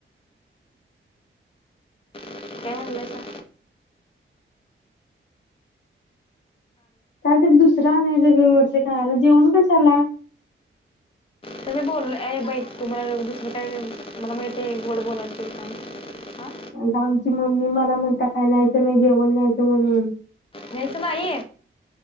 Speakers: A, on the left; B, on the left.
A: काय म्हणलायसा?
B: काय तरी दुसरा आणायचे <unintelligible> जेवण कस. <unintelligible>
A: तर मी बोलले ए बाई, तुम्हाला दुसरं काय, मला माहिती आहे गोडं बोलायच काम हां
B: <unintelligible> आमची मम्मी मला म्हणता काय न्यायचं नाही. जेवण न्यायचं म्हणून.
A: नाही च बाई